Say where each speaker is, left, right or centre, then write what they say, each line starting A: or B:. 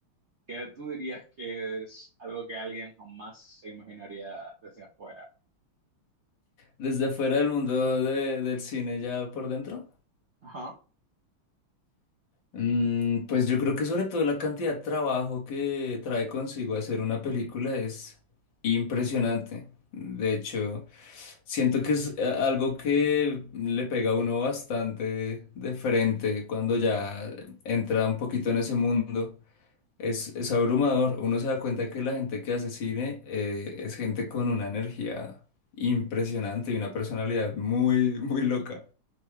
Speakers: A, on the right (about 55°); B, on the left (about 65°).
A: ¿qué tú dirías que es algo que alguien jamás se imaginaría desde afuera?
B: Desde fuera del mundo de- del cine, ya por dentro.
A: Ajá.
B: Mm, pues yo creo que sobre todo la cantidad de trabajo que trae consigo hacer una película es impresionante. De hecho, siento que es eh, algo que le pega a uno bastante de frente cuando ya entra un poquito en ese mundo. Es, es abrumador. Uno se da cuenta que la gente que hace cine eh, es gente con una energía impresionante y una personalidad muy, muy loca.